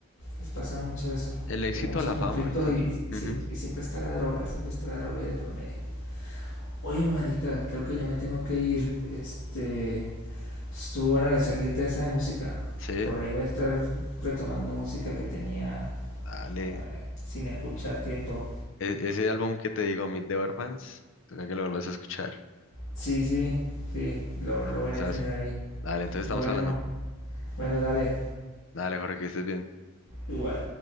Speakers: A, on the left (about 85°); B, on the left (about 65°).
A: les pasa mucho eso.
B: El éxito,
A: Tienen muchos
B: la
A: conflictos
B: fama, entonces.
A: y, y
B: ujú,
A: siempre, y siempre está la droga, siempre está la droga ahí de por medio. Oye, marica, creo que ya me tengo que ir. Este, estuvo buena la charlita esa de música.
B: Sí,
A: Por ahí voy a estar retomando música que tenía
B: dale.
A: eh, sin escuchar tiempo.
B: E- ese álbum que te digo, Meet the Orphans, toca que lo vuelvas a escuchar.
A: Sí, sí, sí, lo,
B: Albumazo.
A: lo voy a tener ahí.
B: Dale, entonces estamos
A: Bueno,
B: hablando.
A: bueno, dale,
B: Dale, Jorge, que estés bien.
A: igual.